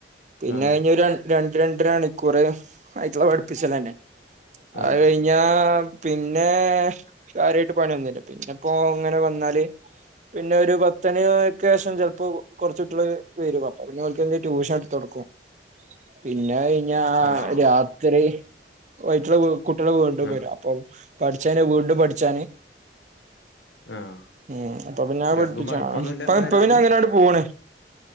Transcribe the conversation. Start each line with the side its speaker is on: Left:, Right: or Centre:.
Right: പിന്നെ
Left: ആഹ്
Right: കഴിഞ്ഞ ഒരു രണ്ട് രണ്ടര മണിക്കൂറ് ആയിറ്റളെ പഠിപ്പിച്ചല്ലന്നെ
Left: ആഹ്
Right: അഹ് കഴിഞ്ഞ പിന്നെ കാര്യയിട്ട് പണിന്നില്ല പിന്നെപ്പോ ങ്ങനെ വന്നാല് പിന്നെ ഒരു പത്തന ഒക്ക ശേഷം ചിലപ്പോ കുറച്ചു കൂട്ടിൾ വരും അപ്പ പിന്നെ ഓല്ക്ക് എന്തലും ട്യൂഷൻ എടുത്ത് കൊടുക്കും പിന്നെ അത് കഴിഞ്ഞ
Left: ആഹ്
Right: രാത്രി അയിറ്റൾ കുട്ടികള് വീണ്ടും
Left: ആഹ്
Right: വരും അപ്പൊ പഠിച്ചാന് വീണ്ടും പഠിച്ചാന്
Left: ആഹ്
Right: ഉ അപ്പൊ പിന്ന
Left: കുട്ടികൾക്ക്
Right: പഠിപ്പിച്ചപ്പ
Left: മടുപ്പൊന്നുല്ല അങ്ങനെ
Right: ഇപ്പൊ
Left: വരാന്
Right: പിന്നെ അങ്ങനെ പോണ